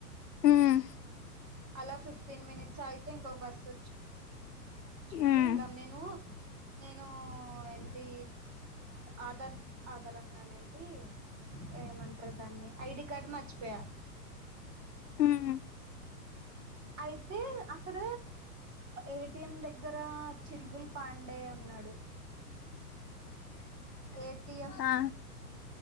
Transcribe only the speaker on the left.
ఉమ్
ఉమ్
ఉమ్
ఆ